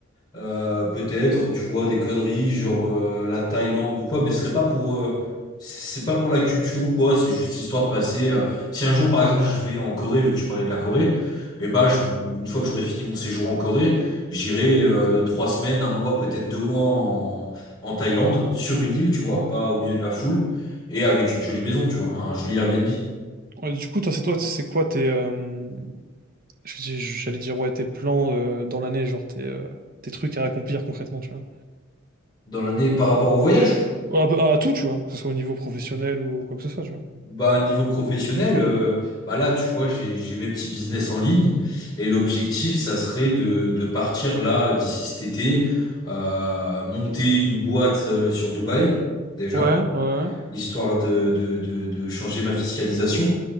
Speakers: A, on the left; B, on the right.
A: Euh, peut-être, tu vois, des conneries, genre euh, la Thaïlande ou quoi, mais ce serait pas pour, euh, c'est c'est pas pour la culture ou quoi, c'est juste histoire de passer. euh, si un jour, par exemple, je vais en Corée, vu que tu parlais de la Corée, et bah, je- une fois que j'aurai fini mon séjour en Corée, j'irai euh, trois semaines, un mois, peut-être deux mois en, en Thaïlande, sur une île, tu vois, pas au milieu de la foule, et avec une jolie maison, tu vois, un joli Airbnb
B: ouais, du coup, toi, c'est toi, c'est quoi tes. euh, je dis- J'allais dire, ouais, tes plans euh, dans l'année, genre, tes, euh, tes trucs à accomplir concrètement, tu vois.
A: dans l'année par rapport au voyage.
B: Ouais, À, peu- à tout, tu vois, que ce soit au niveau professionnel ou quoi que ce soit, tu vois.
A: Bah, niveau professionnel, euh, bah là, tu vois, j'ai, j'ai mes petits business en ligne et l'objectif, ça serait de, de partir là d'ici cet été, euh, monter une boîte euh, sur Dubaï, déjà,
B: Ouais, ouais.
A: histoire de, de, de, de changer ma fiscalisation.